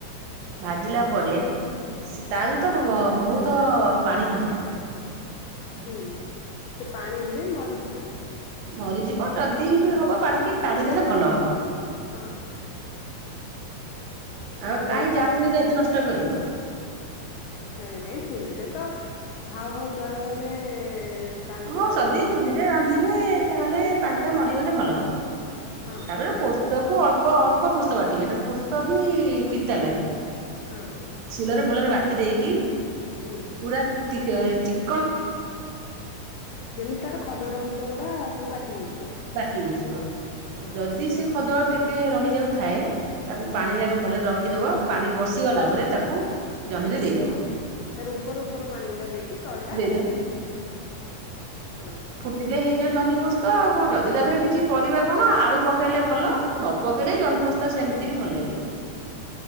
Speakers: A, on the right; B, on the left.
A: ଭାଜିଲା ପରେ ସେ ତାରୁ ତ ବହୁତ ପାଣି ବାହାରିବ।
B: ହୁଁ ସେ ପାଣି ଗୁରେ ମରିଯିବ।
A: ମରିଯିବ ଯଦି ବି ହବ ପାଣିକି କାଢିଦେଲେ ଭଲ ହବ।
B: ହଁ।
A: ଆଉ
B: ତାପରେ
A: କାଇଁ
B: କଣ
A: ଜାଳେଣି ଗୁରା ଏତେ ନଷ୍ଟ କରିବ।
B: ନାଇଁ ନାଇଁ ଚୁଲିରେ ତ ହାଉ ହାଉ ଜାଳ ହେଲେ। ପାଣି
A: ହଁ
B: ଟା ଜଲ୍ଦି
A: ଯଦି
B: ମରିଯାଏ
A: ଚୁଲିରେ ବାନ୍ଧିବେ ତାହେଲେ ପାଣିଟା ମରିଗଲେ ଭଲ ହବ।
B: ହଁ।
A: ତାପରେ ପୋସ୍ତକ ଅଳ୍ପ ଅଳ୍ପ ପୋସ୍ତକ ବାଟିବେ ନଲେ ପୋସ୍ତକ ବି ପିତା ଲାଗେ।
B: ହଁ।
A: ଶିଲରେ ଭଲରେ ବାଟି ଦେଇକି।
B: ହୁଁ।
A: ପୁରା ତିକ ଚିକ୍।
B: ଯେମିତି ତାର ଖଦଡ ଅଂଶ ଗୁଡା ସବୁ ବାଟି ହେଇଯିବ।
A: ବାଟି ହେଇଯିବ
B: ହଁ
A: ଯଦି ସେ ଖଦଡ ଟିକେ ରହି ଯାଉଥାଏ। ତାକୁ
B: ହଁ।
A: ପାଣିରେ ଆଗେ ଭଲରେ ରଖିଦବ ପାଣି ବସିଗଲା ପରେ ତାକୁ ଜହ୍ନିରେ ଦେଇଦବ।
B: ତାର ଉପର ଉପର ପାଣି ଗୁଡା ଦେଇକି ତଳଟା
A: ଦେଇଦବ
B: ରଖିଦେବି ହଁ।
A: ହେଲେ ହେଇଯିବ ଜହ୍ନି ପୋସ୍ତ ଆଉ କଣ ଯଦି ତା ଦେହରେ କିଛି ପରିବା କଣ ଆଳୁ ପକେଇଲେ ଭଲ। ନ ପକେଇଲେ ଜହ୍ନି ପୋସ୍ତ ସେମିତି ବି ଭଲ ଲାଗିବ।